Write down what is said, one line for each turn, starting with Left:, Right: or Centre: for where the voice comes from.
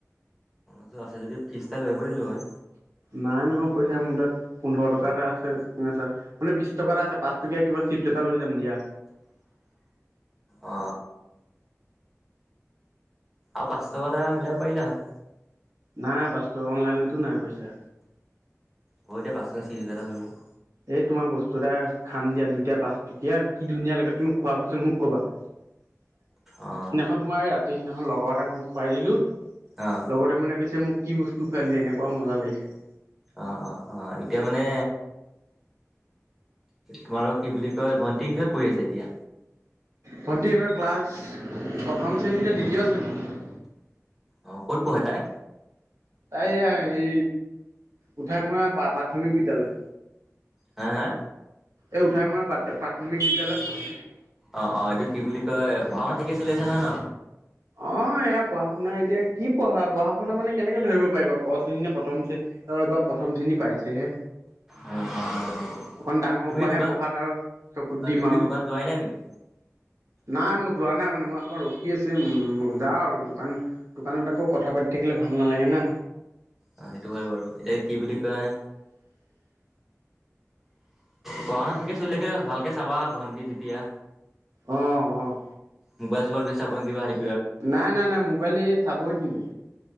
Centre: টো আছে যদি ফিজ এটা লৈ আহিব দিলোঁ হয়।
Right: নাই নহয় পইচা মোৰ তাত। পোন্ধৰ টকা এটা আছে। <unintelligible> মানে বিছ টকা এটা আছে। পাঁচ টকীয়া কিবা চিপছ এটা লৈ যাম দিয়া।
Centre: অ আৰু পাঁচ টকা এটা মিলাব পাৰিলা হয়।
Right: নাই পাঁচ টকা অনলাইনতো নাই পইচা।
Centre: হ'ব দিয়া পাঁচ টকা চিগেৰেট এটা লৈ লোৱা।
Right: এই তোমাক বস্তু এটা খাম দিয়া দুইটাই, পাঁচটকীয়া কি ধুনীয়া লাগে। তুমি খোৱাৰ পিছত মোক ক'বা। <inaudible> সিদিনাখন
Centre: অ
Right: তোমাৰ এই ৰাতি, সিদিনাখন লগৰ এটাক মোক খোৱাই দিলো।
Centre: অ
Right: লগৰটোৱে মানে কৈছে মোক কি বস্তু খুৱাই দিলি এনেকুৱা মজা লাগিছে।
Centre: অ-অ-অ এতিয়া মানে তোমালোকৰ কি বুলি কয়, ভন্টি কিহত কৰি আছে এতিয়া?
Right: ভণ্টি এইবাৰ ক্লাছ প্ৰথম শ্ৰেণী নে দ্বিতীয় শ্ৰেণী?
Centre: অ, ক'ত পঢ়ে তাই?
Right: এইয়া হেই উঠাই মৰা প্ৰা-প্ৰাথমিক বিদ্যালয়।
Centre: হা হা?
Right: এই উঠাই মৰা প্ৰা প্ৰাথমিক বিদ্যালয়ত পঢ়ে।
Centre: অ, অ এইটো কি বুলি কয়? পঢ়া-শুনা ঠিকে চলি আছে নহয় ন?
Right: অ, এয়া পঢ়া-শুনা এতিয়া কি পঢ়া পঢ়া-শুনা মানে কেনেকে ধৰিব পাৰিবা ক শ্ৰেণী নে প্ৰথম শ্ৰেণী? অ এইবাৰ প্ৰথম শ্ৰেণী পাইছেহে।
Centre: অ অ
Right: অকণ ডাঙৰৰ
Centre: তুমি
Right: পৰাহে
Centre: কি দোকান
Right: পঢ়াত আৰু চকুত
Centre: অ
Right: দিম
Centre: তুমি কি
Right: আও।
Centre: দোকান যোৱাই নাই নেকি?
Right: নাই মই যোৱা নাই মানে মই অকণ ৰখি আছো। উম, যাওঁ আৰু দোকান দোকানত আকৌ কথা পাতি থাকিলে ভাল নালাগে না।
Centre: অ সেইটো হয় বাৰু। এতিয়া কি বুলি কয় পঢ়া-শুনা ঠিকে চলি থাকিলে হ'ল। ভালকে চাবা ভন্টি যেতিয়া।
Right: অ, অ।
Centre: মোবাইল চোবাইল বেছি চাব নিদিবা সি
Right: নাই, নাই, নাই মোবাইল এই চাবই নিদো।